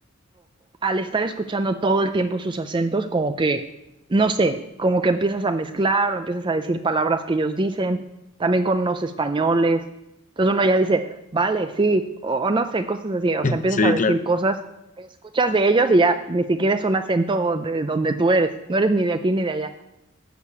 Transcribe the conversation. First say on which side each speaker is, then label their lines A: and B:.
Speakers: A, on the right; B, on the left.
A: al estar escuchando todo el tiempo sus acentos, como que, no sé, como que empiezas a mezclar o empiezas a decir palabras que ellos dicen, también con unos españoles. Entonces uno ya dice, vale, sí, o, o no sé, cosas así.
B: <laughs>
A: O sea, empiezas
B: Sí,
A: a decir
B: claro.
A: cosas que escuchas de ellos y ya ni siquiera es un acento de donde tú eres. No eres ni de aquí ni de allá.